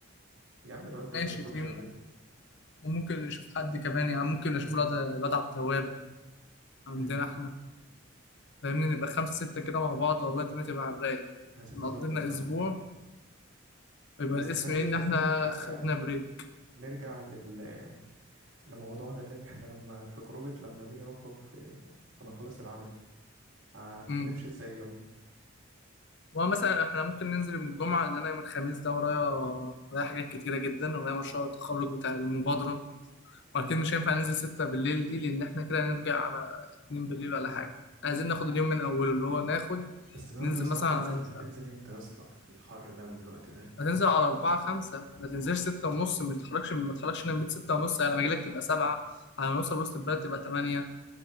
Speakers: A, on the right; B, on the left.
A: يا عم الواد ده
B: ماشي
A: ما يخرجش
B: تيمو
A: من بيته
B: وممكن نشوف حد كمان يعني ممكن نشوف الواد الواد عبد التواب عندنا
A: مم.
B: احنا فاهمني نبقى خمسة ستة كده مع بعض والله الدنيا تبقى على الرايق
A: هتتظبط
B: نقضي لنا
A: أه
B: أسبوع ويبقى
A: بس
B: الاسم
A: خلينا
B: إيه إن
A: تاني
B: احنا
A: نرجع بقى
B: خدنا بريك
A: نرجع لل لموضوعنا تاني احنا لما في خروجة لما نيجي نخرج في لما نخلص العمل ه-
B: أمم
A: هنمشي ازاي
B: ومثلا احنا ممكن ننزل يوم الجمعة لأن أنا يوم الخميس ده ورايا ورايا حاجات كتيرة جدا ورايا مشروع التخرج بتاع المبادرة وأكيد مش هينفع ننزل ستة بالليل دي لأن احنا كده هنرجع على اتنين بالليل ولا حاجة عايزين ناخد اليوم من أوله اللي هو ناخد
A: بس برضه
B: ننزل
A: يا اسطى
B: مثلا
A: هتنزل هتنزل امتى يا اسطى في الحر ده والوقت ده
B: هتنزل على أربعة خمسة ما تنزلش ستة ونص ما تتحركش ما تتحركش من بيت ستة ونص على ما أجيلك تبقى سبعة على ما نوصل وسط البلد تبقى تمانية